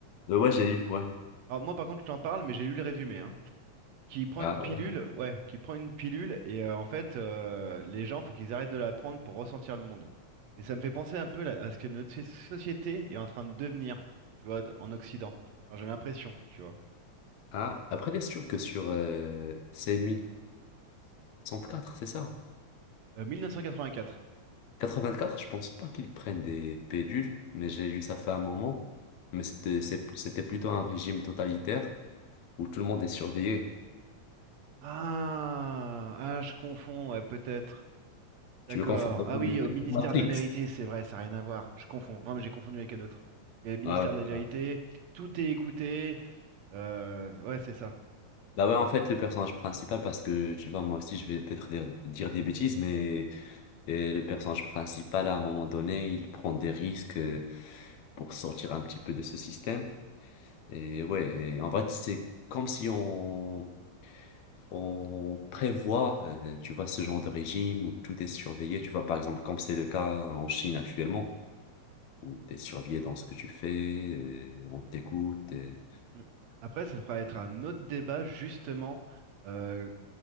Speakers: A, on the left; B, on the right.
A: euh, ouais, j'ai eu, ouais.
B: Alors moi par contre je t'en parle mais j'ai lu le résumé hein. Qui prend
A: Ah,
B: une pilule,
A: ouais.
B: ouais, qui prend une pilule et euh, en fait euh, les gens faut qu'ils arrêtent de la prendre pour ressentir le monde. Et ça me fait penser un peu là, à ce que notre so- société est en train de devenir, tu vois, d- en Occident. Enfin, j'ai l'impression, tu vois.
A: Ah, après, c'est sûr que sur... euh, c'est quatre c'est ça?
B: Euh, 1984.
A: 84, je pense pas qu'ils prennent des pédules, mais j'ai lu ça fait un moment. Mais c'était c'est- c'était plutôt un régime totalitaire où tout le monde est surveillé.
B: Ah, ah, je confonds, ouais, peut-être.
A: Tu
B: D'accord.
A: le confonds avec
B: Ah oui, au ministère
A: Matrix.
B: de la vérité, c'est vrai, ça n'a rien à voir. Je confonds. Non, mais j'ai confondu avec un autre. Il y a le ministère
A: Ouais, ouais,
B: de la vérité,
A: ça.
B: tout est écouté. euh, ouais, c'est ça.
A: Bah ouais, en fait, le personnage principal, parce que tu vois, moi aussi, je vais peut-être dire, dire des bêtises, mais et le personnage principal, à un moment donné, il prend des risques euh, pour sortir un petit peu de ce système. Et ouais, et en vrai, c'est comme si on on prévoit, euh, tu vois, ce genre de régime où tout est surveillé, tu vois, par exemple, comme c'est le cas en Chine actuellement, où tu es surveillé dans ce que tu fais, euh, on t'écoute. et-
B: Mm. Après, ça pourrait être un autre débat, justement. euh,